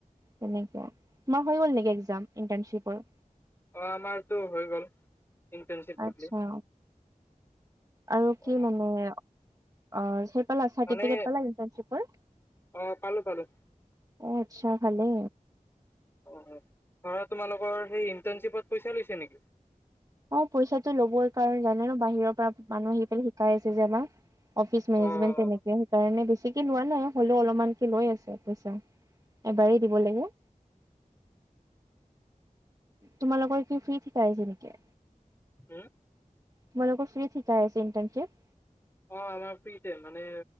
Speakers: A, on the right; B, on the left.
A: তেনেকুৱা, তোমাৰ হৈ গ'ল নেকি একজাম ইন্টাৰ্ণশ্বিপৰ।
B: অ' আমাৰতো হৈ গ'ল ইণ্টাৰ্ণশ্বিপ
A: আচ্ছা
B: বুলি
A: আৰু
B: অ
A: কি মানে অ' সেই পালা চাৰ্টিফিকেট
B: মানে
A: পালা ইণ্টাৰ্ণশ্বিপৰ।
B: অ পালো পালো
A: অ' আচ্ছা ভালে।
B: অ' ধৰা তোমালোকৰ সেই ইণ্টাৰ্ণশ্বিপত পইচা লৈছে নেকি?
A: অ' পইচাটো লবই কাৰণ জানাই ন বাহিৰৰ পৰা মানুহ আহি পেলাই শিকাই আছে যে আমাক। অফিচ মেনেজমেণ্ট
B: অ আচ্ছা
A: তেনেকে সেইকাৰণে বেছিকে লোৱা নাই। হ'লেও অলপমানকে লৈ আছে পইছা। এবাৰেই দিব লাগে। তোমালোকৰ কি ফ্ৰীত শিকাই আছে নেকি?
B: হুউ
A: তোমালোকৰ ফ্ৰীত শিকাই আছে ইন্টাৰ্ণশ্বিপ
B: অ' আমাৰ ফ্ৰীতে মানে